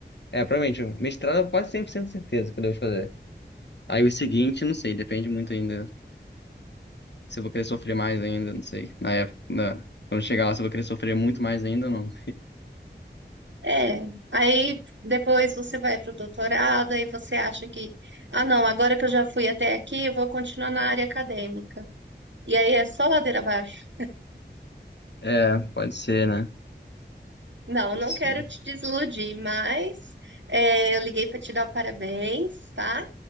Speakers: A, on the left (about 70°); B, on the right (about 80°).
A: É, provavelmente, mestrado eu quase 100% certeza que eu devo fazer. Aí o seguinte, não sei, depende muito ainda. Se eu vou querer sofrer mais ainda, não sei. Na época, na- quando chegar lá, se eu vou querer sofrer muito mais ainda ou não.
B: É, aí depois você vai para o doutorado, aí você acha que, ah, não, agora que eu já fui até aqui, eu vou continuar na área acadêmica. E aí é só ladeira abaixo.
A: É, pode ser, né?
B: Não,
A: Pode
B: não
A: ser.
B: quero te desiludir, mas é, eu liguei para te dar parabéns, tá?